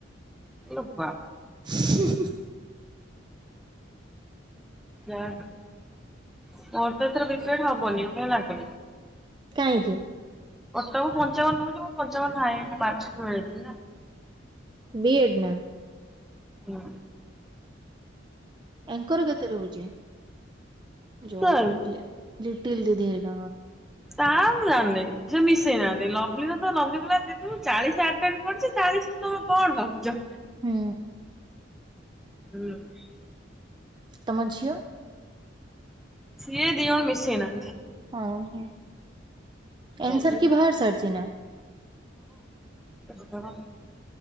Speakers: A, in the centre; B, on the right.
A: ଲୋ ବା
B: <unintelligible>
A: ଯାରତ ଏଥର ବେଶୀ ସେଟା ହବନି ମୋତେ ଲାଗୁନି।
B: କାହିଁକି?
A: ପଟାକୁ ପଞ୍ଚାବନ ନଉଛି ମୁଁ ପଞ୍ଚାବନ ନାହିଁ ବାଛଳାଇଥିଲି ନା
B: ବିଏଡ଼୍ ନା
A: ହୁଁ
B: ଏଙ୍କର କେତେ ରହୁଛି। ଯଉ
A: ସାର୍।
B: ଲିଟିଲ ଦିଦିରା ଘର
A: ତା ମୁଁ ଜାଣିନେଇ ସେ ମିଶେଇ ନାହାନ୍ତି ଲଭଲି ତ ଲଭଲିଦି ମୁଁ ଚାଲିସ ଆଟେନ କରିଛି ଚାଳିଶରୁ କଣ ନବ ଯା
B: ହୁଁ
A: ହୁଏ ଏମିତି
B: ତମ ଝିଅ
A: ସିଏ ଦି ଜଣ ମିଶେଇ ନାହାନ୍ତି
B: ହଁ ହଁ କାମ
A: ହଁ
B: ସାରିକି ବାହାର ସାରିଛି ନା
A: ଏ ଦିଜଣ